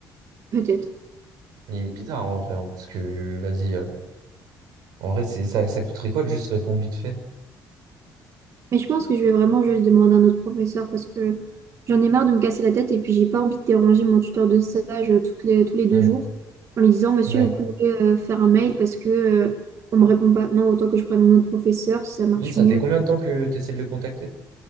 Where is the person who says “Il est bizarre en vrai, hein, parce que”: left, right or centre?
Right